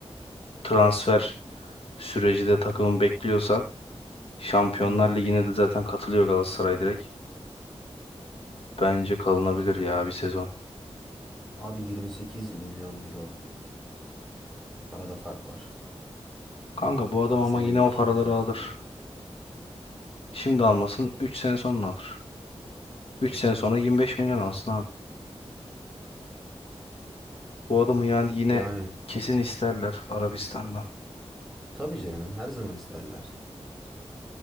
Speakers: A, on the left (about 55°); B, in the centre.
A: transfer süreci de takımın bekliyorsa Şampiyonlar
B: Hı hı.
A: Ligi'ne de zaten katılıyor Galatasaray direkt. Bence kalınabilir ya bir sezon.
B: Abi 28 milyon euro arada fark var.
A: Kanka bu adam ama
B: Senelik
A: yine o paraları
B: ücretinde.
A: alır. Şimdi almasın 3 sene sonra alır. 3 sene sonra 25 milyon alsın abi. Bu adamı yani yine
B: Yani
A: kesin isterler Arabistan'dan.
B: tabii canım her zaman isterler.